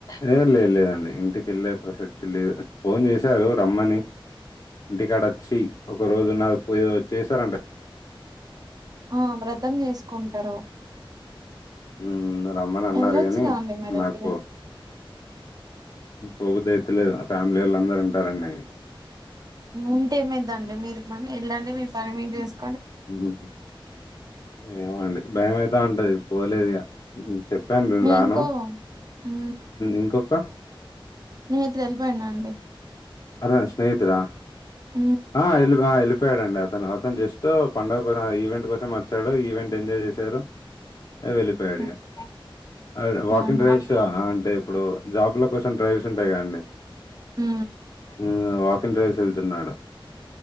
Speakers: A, on the left; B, on the right.
A: లే లేదు లేదండి ఇంటికెళ్ళే ప్రసక్తి లేదు ఫోన్ చేశారు రమ్మని. ఇంటికాడ వచ్చి ఒక రోజు. <unintelligible> చేశారంటే.
B: ఆ వ్రతం చేసుకో. కుంటారు.
A: హమ్. నన్ను రమ్మని అన్నారు
B: వెళ్ళొచ్చుగా
A: కాని
B: అండి మరి
A: నాకు.
B: అట్టిగా
A: పొందిదైతులేదు ఫ్యామిలీ వాళ్ళు అందరూ ఉంటారండి.
B: ఉంటేమైతంది మీరు పని వెళ్ళండి మీ ఫ. మీరు చెస్
A: హమ్. ఏమో అండి భయంయితా ఉంటది. పోలేదిగా చెప్పాను నేను
B: మీ
A: రాను
B: ఇంకో ఉమ్,
A: ఇంకొ. ఇంకా
B: నేత్రి ఎలిపోయిన్నా అండి.
A: అతని స్నేహితుడా?
B: ఉమ్,
A: ఆ ఎలి ఆ వెళ్ళిపోయాడండి అతను అతను జస్ట్ పండగ కోసం ఈవెంట్ కోసం వచ్చాడు ఈవెంట్ ఎంజాయ్ చేశారు. ఆ వెళ్ళిపోయడిగా
B: ఉమ్,
A: ఆ వాకింగ్
B: అవునా
A: డ్రైవ్స్ ఆ ఆ అంటే ఇప్పుడు జాబ్ లో కొసం డ్రైవ్స్ ఉంటైగా అండి.
B: ఉ
A: ఇగ వాకింగ్ డ్రైవ్స్ వెళ్తున్నాడు.